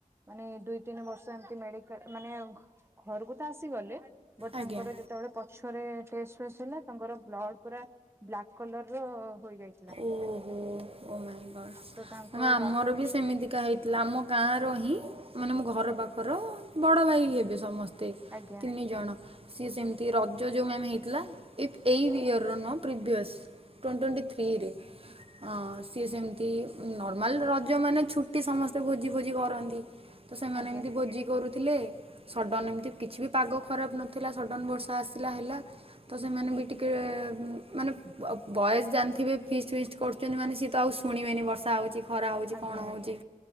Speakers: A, on the right; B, on the right.
A: ମାନେ ଦୁଇ ତିନି ବର୍ଷ ଏମତି ମେଡିକାଲ ମାନେ ଘ-ଘରକୁ ତ ଆସିଗଲେ ବଟ
B: ଆଜ୍ଞା।
A: ତାଙ୍କର ଯେତବେଳେ ପଛରେ ଟେଷ୍ଟପେସ୍ ହେଲା ତାଙ୍କର ବ୍ଲଡ ପୁରା ବ୍ଲାକ୍ କଲର ର ହୋଇଯାଇ
B: ଓହୋ ଓ ମାଇଁ ଗଡ
A: ତ ତାଙ୍କ
B: ଆମର
A: ଡକ୍ଟର
B: ବି ସେମିତିକା ହେଇ ଆମ ଗାଁ ରୁ ହିଁ ମାନେ ମୋ ଘର ପାଖର ବଡ଼ ଭାଇ ହେବେ ସମ ସ୍ତେ
A: ଆଜ୍ଞା
B: ତିନି ଜଣ। ସିଏ ସେମିତି ରଜ ଯୋଉଁ ଆମେ ହେଇଥିଲା ଇ୍-ଏଇ ଇୟର ନୁଅଁ ପ୍ରିଭିଅସ୍ <unintelligible> ଥ୍ରି ରେ ହଁ ସିଏ ସେମିତି ନର୍ମାଲ ରଜ ମାନେ ଛୁ ଟି ସମସ୍ତେ ଭୋଜି ଫୋଜି କରନ୍ତି ତ ସେମାନେ
A: ଆଜ୍ଞା
B: ଏମିତି ଭୋଜି କରୁ ଥିଲେ ସଡ଼ନ ଏମିତି କିଛି ବି ପାଗ ଖରାପ ନଥିଲା ସଡ଼ନ ବର୍ଷା ଆସିଲା ହେଲା। ତ ସେମାନେ ବି ଟିକେ ଉଁ ମାନେ ବ-ବୟସ ଜା ଥିବେ ଫିଷ୍ଟ ଫିଷ୍ଟ କରୁଚନ୍ତି ମାନେ ସିଏ ତ ଆଉ ଶୁଣିବେନି ବର୍ଷା ହଉଚି ଖରା ହେଉଚି
A: ଆଜ୍ଞା
B: କଣ
A: ଆଜ୍ଞା
B: ହେଉଚି।